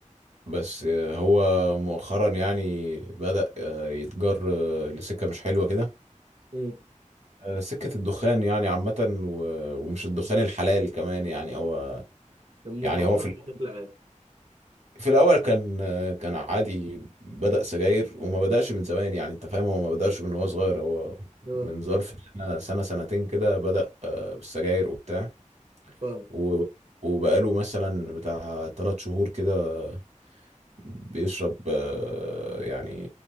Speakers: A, on the right; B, on the right.
A: بس آه، هو مؤخرا يعني بدأ آه، يتجر آه، لسكه مش حلوه كده
B: امم
A: آه، سكة الدخان يعني عامة و- ومش الدخان الحلال كمان يعني هو
B: المخدرات
A: يعني هو في الأول-
B: بشكل عام
A: في الأول كان آه، كان عادي بدأ سجاير وما بدأش من زمان يعني أنت فاهم هو ما بدأش من وهو صغير هو
B: اه
A: من ظرف سنة سنة سنتين كده بدأ آه، بالسجاير وبتاع
B: فاهم
A: و- وبقاله مثلا بتاع تلات شهور كده بيشرب آه، يعني